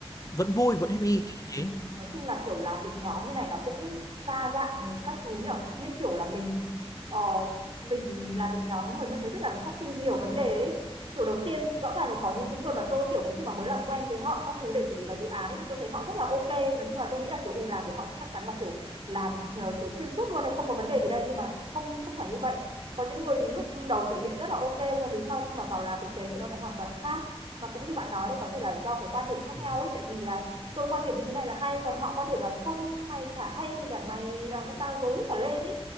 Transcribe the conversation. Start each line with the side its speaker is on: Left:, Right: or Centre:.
Left: vẫn vui vẫn happy kiểu
Right: Ừm,
Left: thế
Right: nói chung là kiểu làm việc nhóm như này nó cũng đa dạng các thứ nhở như kiểu là mình ờ, mình làm việc nhóm mình mới biết là phát sinh nhiều vấn đề ấy. kiểu đầu tiên rõ ràng là có những cái người mà tôi kiểu khi mà mới làm quen với họ các thứ để chuẩn bị vào dự án ấy thì tôi thấy họ rất là ok nói chung là tôi nghĩ là kiểu ừ, làm với họ chắc chắn là kiểu làm ờ, kiểu xuyên suốt luôn này không có vấn đề gì đây nhưng mà không không phải như vậy có những người thì lúc đầu thể hiện rất là ok nhưng mà vì sau khi mà vào làm thực tế thì nó lại hoàn toàn khác mà cũng như bạn nói đấy có thể là do cái quan điểm khác
Left: Ừ,
Right: nhau ấy tại vì là tôi quan điểm như thế này là hay còn họ quan điểm là không mày chả hay thì cả mày làm cho tao rối cả lên ý